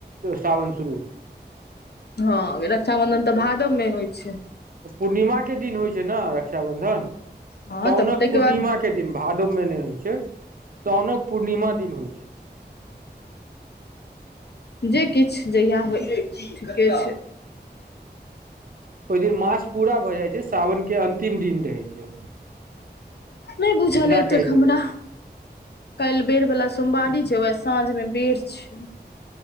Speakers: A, on the right (about 55°); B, on the left (about 70°).
A: सावन शुरू
B: हँ रक्षाबंधन तऽ भादवमे होइ छै।
A: पूर्णिमा के दिन होइ छै नऽ रक्षा बंधन
B: हँ
A: साउनक
B: तब ताहिके
A: पूर्णिमा
B: बाद
A: के दिन भादव मे नहि होइ छै साउनक पूर्णिमा दिन होइ छै
B: जे किछ जहिया होय ठीके छै।
A: ओहि दिन मास पूरा भऽ जाइ छै साावन के अंतिम दिन रहै छै।
B: नहि बुझल
A: एना
B: अय एतेक
A: कहि
B: हमरा।
A: सकै छी
B: काल्हि बेर वला सोमवारी छै वएह साँझ मे बेर छै